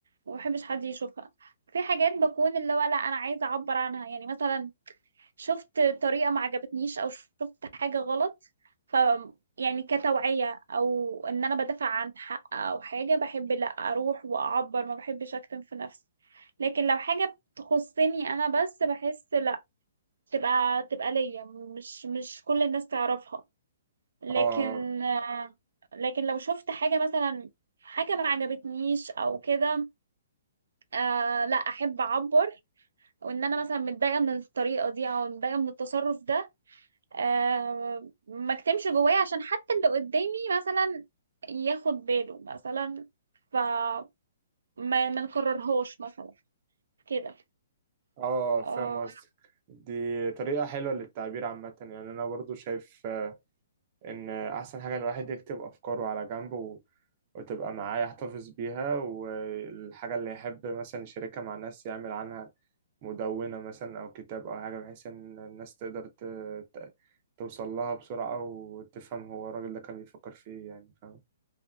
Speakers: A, on the right (about 85°); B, on the right (about 25°).
A: ومبحبش حد يشوفها في حاجات بكون اللي هو لا انا عايزه اعبر عنها يعني مثلا شفت طريقة ما عجبتنيش او شفت حاجة غلط ف يعني كتوعية او ان انا بدافع عن حق او حاجة بحب لا اروح واعبر ما بحبش اكتم في نفسي لكن لو حاجة تخصني انا بس بحس لا تبقى تبقى ليا مش مش كل الناس تعرفها لكن
B: اه
A: آه، لكن لو شفت حاجة مثلا حاجة ما عجبتنيش او كده آه لا احب اعبر وان انا مثلا متضايقة من الطريقة دي او متضايقة من التصرف ده آه ما اكتمش جوايا عشان حتى اللي قدامي مثلا ياخد باله مثلا فما ما ما نكررهوش مثلا كده
B: اه
A: آه
B: فاهم قصدك دي طريقة حلوة للتعبير عامة يعني أنا برضو شايف ان احسن حاجة الواحد يكتب افكاره على جنب و... وتبقى معاه يحتفظ بيها والحاجة اللي يحب مثلا يشاركها مع الناس يعمل عنها مدونة مثلا او كتاب او حاجة بحيث ان الناس تقدر ت... ت... توصل لها بسرعة وتفهم هو الراجل ده كان بيفكر في ايه يعني فاهم